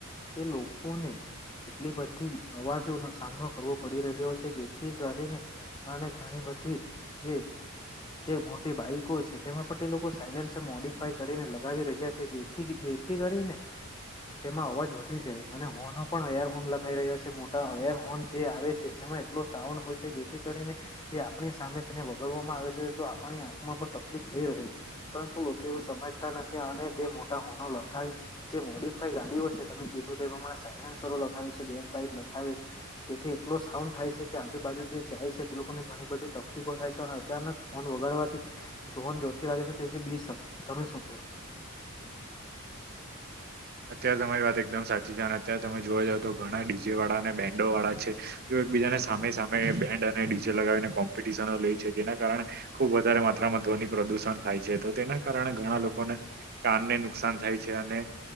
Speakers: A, on the left; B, on the right.
A: તે લોકોને એટલી બધી જ અવાજોનો સામનો કરવો પડી રહ્યો છે જેથી કરીને અને ઘણી બધી જે જે મોટી બાઈકો છે. તેમાં પણ તે લોકો સાયલેન્સર મોડીફાય કરીને લગાવી રહ્યા છે. જે થી જેથી કરીને તેમાં અવાજ વધી જાય અને હોર્નો પણ <unintelligible> હોર્ન લગાઈ રહ્યા છે મોટા <unintelligible> હોર્ન જે આવે છે તેમાં એટલો સાઉન્ડ હોય છે જેથી જેથી કરીને જે આપણી સામે તેને વગાડવામાં આવે છે. તો આપણી આંખમાં પણ તકલીફ થઈ રહે છે. પરંતુ લોકો એવું સમજતા નથી અને તે મોટા હોર્નૉ લખાવી જે મોડીફાઈ ગાડીઓ છે. તમે કીધું તે પ્રમાણે સાયલન્સરો લખાવે છે બેન્ડ પાઈપ લખાવે છે. જેથી એટલો સાઉન્ડ થાય છે કે આજુબાજુ જે જાય છે. તે લોકોને ઘણી બધી તકલીફો થાય છે અને અચાનક હોર્ન વગાડવાથી જો હોર્ન જોરથી વાગે છે. તેથી બી શકે છે. તમે શું કેવો છો?
B: <inaudible> અત્યારે તમારી વાત એકદમ સાચી છે અને અત્યારે તમે જોવા જાવ તો ઘણા ડીજે વાળા અને બેન્ડો વાળા છે. તેઓ એકબીજાને સામે સામે બેન્ડ અને ડીજે લગાવીને કોમ્પટિશનો લે છે જેના કારણે ખુબ વધારે માત્રામાં ધ્વની પ્રદુષણ થાય છે. તો તેના કારણે ઘણા લોકોને કાનને નુકસાન થાય છે અને